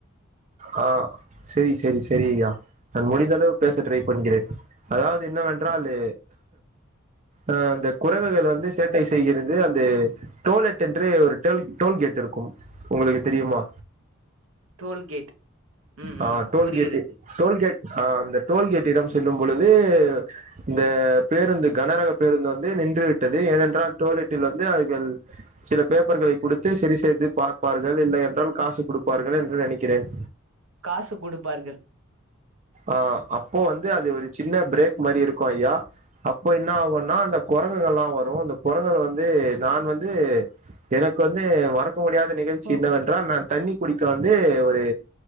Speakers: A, on the right (about 35°); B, on the right (about 80°).
A: ஆ செரி செரி செரிய்யா நான் முடிந்தளவு பேச ட்ரைப் பண்கிறேன் அதாவ்து என்னவென்றாலு ஆ அந்த குரங்குகள் வந்து சேட்டை செய்கிறது அந்து டோல்டெட் என்று ஒரு டெல் டோல்கேட் இருக்கும் உங்களுக்கு தெரியுமா
B: டோல்கேட் ம்
A: ஆ
B: ம்
A: டோல்கேட்டு
B: புரிகிறது
A: டோல்கேட் ஆ அந்த டோல்கேட்டிடம் செல்லும் பொழுது இந்த பேருந்து கனரக பேருந்து வந்து நின்று விட்டது ஏனென்றால் டோல்லெட்டில் வந்து அவைகள் சில பேப்பர்களை குடுத்து சரி செய்து பார்ப்பார்கள் இல்லை என்றால் காசு குடுப்பார்கள் என்று நெனைக்கிறேன்
B: காசு குடுப்பார்கள்
A: ஆ அப்போ வந்து அது ஒரு சின்ன பிரேக் மாரி இருக்கு ஐயா அப்போ என்ன ஆகுனா அந்த கொரங்குங்கள்லா வரு அந்த கொரங்குகள் வந்து நான் வந்து எனக்கு வந்து மறக்க முடியாத நிகழ்ச்சி
B: ஓ
A: என்னவென் ன்றால் நான் தண்ணி குடிக்க வந்து ஒரு